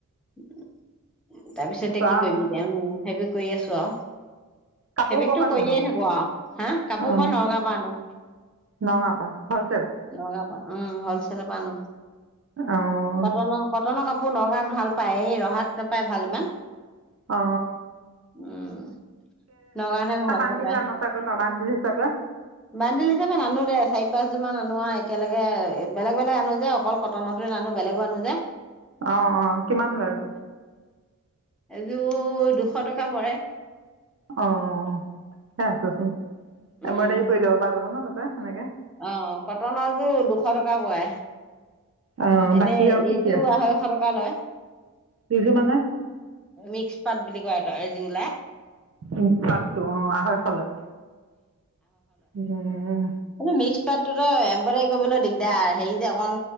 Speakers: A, in the centre; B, on the right.
A: <unintelligible> তাৰপিছতে কি
B: আৰু
A: কৰিবি দেয়াময় সেইবোৰ কৰি আছো আৰু সেইবিকতটো
B: কাপোৰ ক'ৰ পৰা কিনো
A: কৰিয়ে থাকো আৰু হা কাপোৰ
B: অঁ
A: মই নগাওঁ পৰা আনো
B: নগাঁৱৰ পৰা হলচেল
A: নগাঁও পৰা উম হলচেল পৰা আনো
B: অঁ
A: কটনৰ কটনৰ কাপোৰ নগাওঁ ভাল পায় ৰহাত পাৰা ভাল ইমান
B: অ
A: উম নগাঁওতহে ভালকে
B: বান্দিল
A: পায়
B: আন চাগৈ ন বান্দিল হিচাপে
A: বানদিল হি চাপে নানো দে চাই ফেচবুক আনো একেলগে বেলেগ বেলেগ আনো যে অকল কটনটো নানো বেলেগো আনো যে
B: অ অ কিমান লৈ এযোৰ
A: এযোৰ দুশ টকা পৰে
B: অ সেই আছাচোন
A: উম
B: এম্ৰডাৰ কৰি ল' যাব না তাতে সেনেকে
A: অ কটনৰযোৰ দুশ টকা পৰে
B: অঁ
A: এনে
B: বাকী
A: এইটো
B: আৰু কি কি আছে
A: আঢ়ৈশ টকা লয়
B: বিজু মানে
A: মিক্স পাত বুলি কয় আৰু <unintelligible>
B: উ পাতটো অ আঢৈশ লয় উম
A: উও মিক্স পাতটো। এম্ম দায়ী কৰিবলৈ দিগদাৰ হেৰি যে অকণ